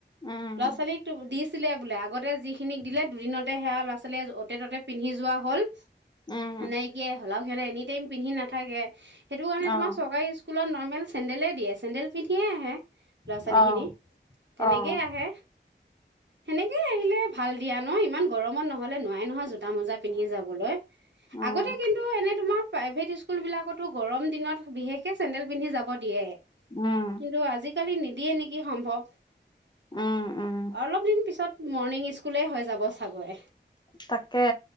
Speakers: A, on the left (about 25°); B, on the right (about 70°).
A: উম
B: ল'ৰা-ছোৱালী এটো দি ছিলে বোলে আগতে যিখিনিক দিলে দুদিনতে সেয়া ল'ৰা ছোৱালীয়ে অতে ততে পিন্ধি যোৱা হ'ল
A: উম
B: নাইকিয়া হলাও সিহল এনি টাইম পিন্ধি নাথাকে সেইটো কাৰণে তোমাৰ
A: অ
B: চৰকাৰী স্কুলত নন ইমান চেন্দেলে দিয়ে চেডেল পিন্ধিয়ে আহে। ল'ৰা-ছোৱালী
A: অ',
B: খিনি তেনেকেই
A: অ'।
B: আহে, সেনেকেই আহিলে ভাল দিয়ান নহ ইমান গৰমত নহলে নোৱাই নহয় জোতা মোজা পিন্ধি যাবলৈ
A: উম,
B: আগতে কিন্তু এনে তোমাৰ প্ৰাইভেট স্কুল বিলাকতো গৰম দিনত বিশেষকে চেণ্ডেল পিন্ধি যাব দিয়ে।
A: উম,
B: কিন্তু আজি আজিকালি নিদিয়ে নেকি সম্ভৱ
A: উম, উম,
B: অলপ দিন পিছত মৰ্ণিং স্কুলেই হৈ যাব চাগৈ।
A: তাকে।